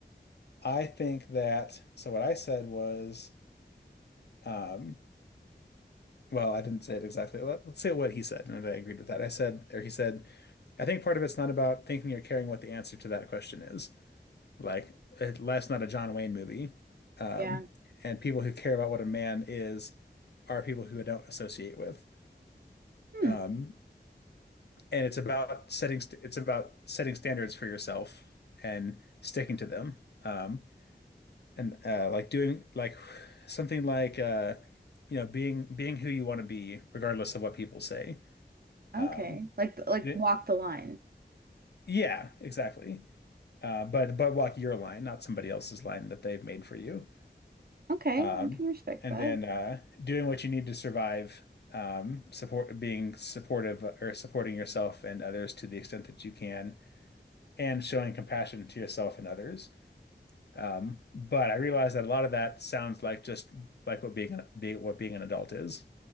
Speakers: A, on the left (about 70°); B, on the right (about 60°).
A: I think that so what I said was um, Well, I didn't say it exactly. Let- Let's say what he said, and I agreed with that. I said, or he said, I think part of it's not about thinking or caring what the answer to that question is. Like, uh, life's not a John Wayne movie. Um,
B: Yeah.
A: and people who care about what a man is are people who I don't associate with.
B: Hmm.
A: Um, and it's about setting st it's about setting standards for yourself and sticking to them. Um, and uh, like doing like something like uh, you know, being being who you want to be, regardless of what people say
B: Okay.
A: Um,
B: Like like
A: y-
B: walk the line.
A: yeah, exactly. Uh, but but walk your line, not somebody else's line that they've made for you.
B: Okay,
A: Um,
B: I can respect
A: and
B: that.
A: then uh, doing what you need to survive, um, support being supportive uh, or supporting yourself and others to the extent that you can, and showing compassion to yourself and others. Um, but I realize that a lot of that sounds like just like what being an, be, what being an adult is,